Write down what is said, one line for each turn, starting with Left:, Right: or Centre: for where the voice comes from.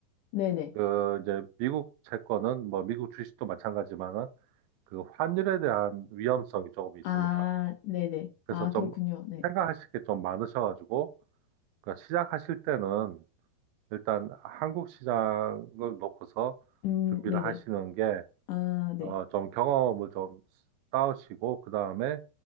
Left: 네네.
Right: 그 이제 미국 채권은 뭐 미국 주식도 마찬가지지만은 그 환율에 대한 위험성이 조금 있습니다.
Left: 아, 네네.
Right: 그래서
Left: 아,
Right: 좀
Left: 그렇군요. 네.
Right: 생각하실 게 좀 많으셔가지고 그 시작하실 때는 일단 한국 시장을 놓고서
Left: 음,
Right: 준비를
Left: 네네.
Right: 하시는 게
Left: 아,
Right: 어,
Left: 네.
Right: 좀 경험을 좀 쌓으시고, 그 다음에